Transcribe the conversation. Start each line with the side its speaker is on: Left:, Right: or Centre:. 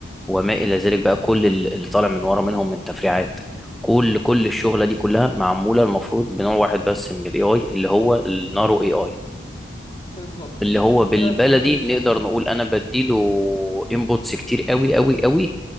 Centre: وما الى ذلك بقى كل ال- اللي طالع من ورا منهم من تفريعات كل كل الشغله دي كلها معموله المفروض بنوع واحد بس من الاي اي اللي هو النارو اي اي
Left: بالظبط
Centre: اللي هو بالبلدي
Left: كده انت بدأت تفهم
Centre: نقدر نقول انا بديله انبوتس كتير قوي قوي قوي